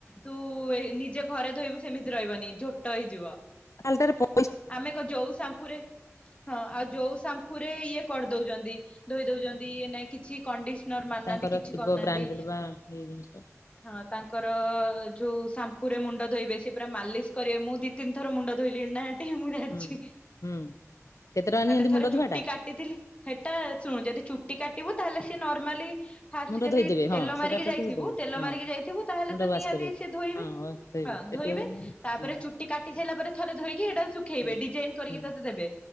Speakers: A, on the left (about 25°); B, on the left (about 70°).
A: ତୁ ନିଜେ ଘରେ ଧୋଇବୁ ସେମିତି ରହିବନି ଝୋଟ ହେଇଯିବ।
B: କାଲ୍ଟାରେ ପ
A: ଆମେ କ ଯଉ ସାମ୍ପୁ ରେ ହଁ ଆଉ ଯଉ ସାମ୍ପୁ ରେ ଇଏ କରିଦଉଚନ୍ତି। ଧୋଇ ଦଉଛନ୍ତି ଇଏ ନାଇ କିଛି କଣ୍ଡିସନର ମାନନାହାନ୍ତି
B: ତାଙ୍କର
A: କିଛି
B: ଥିବ
A: କରନାହାନ୍ତି
B: ବ୍ରାଣ୍ଡେଡ ବା ଏଇ ଜିନିଷ
A: ହଁ ତାଙ୍କର ଯୋଉ ସାମ୍ପୁ ରେ ମୁଣ୍ଡ ଧୋଇବେ ସେ ପୁରା ମାଲିସ କରିବେ ମୁଁ ଦି ତିନି ଥର ମୁଣ୍ଡ ଧୋଇଲିଣି ନା ହେ ମୁଁ ଜାଣିଛି
B: ହୁଁ ହୁଁ। କେତେ ଟଙ୍କା
A: ମାନେ
B: ନିଅନ୍ତି
A: ଥରେ
B: ମୁଣ୍ଡ
A: ଚୁଟି
B: ଧୁଆଟା
A: କାଟ ଟି ଥିଲି ହେଟା ଶୁଣୁ ଯଦି ଚୁଟି କାଟିବୁ ତାହେଲେ ସେ ନର୍ମାଲି ଫାଷ୍ଟ
B: ମୁଣ୍ଡ
A: ଯଦି
B: ଧୋଇଦେବେ
A: ତେଲ
B: ହଁ ସେଟା
A: ମାରିକି
B: ତ
A: ଯାଇଥିବୁ
B: ଧୋଇଦେବେ
A: ତେଲ
B: ହଁ।
A: ମାରିକି ଯାଇଥିବୁ ତାହେଲେ
B: ମୁଣ୍ଡ
A: ତ
B: ୱାସ୍
A: ନିହାତି
B: କରିବେ
A: ସିଏ ଧୋଇବେ।
B: ୱାସ୍
A: ହଁ,
B: କାଟି
A: ଧୋଇବେ
B: ହବନି ନହେଲେ
A: ତାପରେ
B: ହୁଁ
A: ଚୁଟି କାଟି ସାଇଲା ପରେ ଥରେ ଧୋଇକି ହେଟା ଶୁଖେଇବେ
B: ହୁଁ।
A: ଡିଜାଇନ କରିକି
B: ହୁଁ
A: ତତେ ଦେବେ